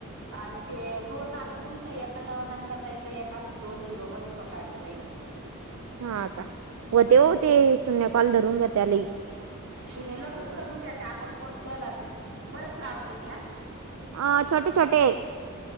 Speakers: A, on the right (about 60°); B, on the right (about 80°).
A: आणि ते दोन आता तुमच एक न नंदा ताईचं, एकाच दोन झीरो मधे पकडला ताईन- ह <inaudible>
B: हा का? हो ते हो ते शून्य कॉल धरून घेतीया लई
A: शुन्य लगेच धरून घेते, आपण कट केला वीस परत लावते मी हा.
B: आ छोटे छोटे.